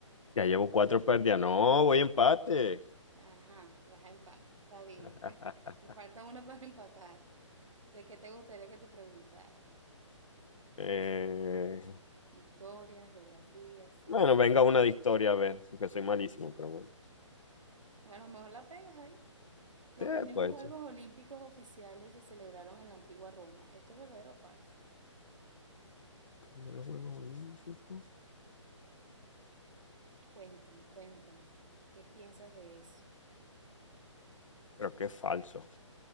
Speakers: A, on the left; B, on the right.
A: Ya llevo cuatro pérdidas. No, voy empate.
B: Ajá, vas a empatar, está bien.
A: <laughs>
B: <laughs> Te falta una para empatar. ¿De qué te gustaría que te preguntara?
A: Eh,
B: Historia, geografía, ciencia.
A: bueno, venga una de historia, a ver, que soy malísimo,
B: Vamos con
A: pero
B: historia.
A: bueno.
B: A lo mejor la pegas ahí. Los
A: ¿Qué
B: primeros
A: puede
B: Juegos
A: ser?
B: Olímpicos oficiales se celebraron en la antigua Roma. ¿Esto es verdadero o falso?
A: Primero juego olímpico.
B: Cuéntame, cuéntame. ¿Qué piensas de eso?
A: Creo que es falso.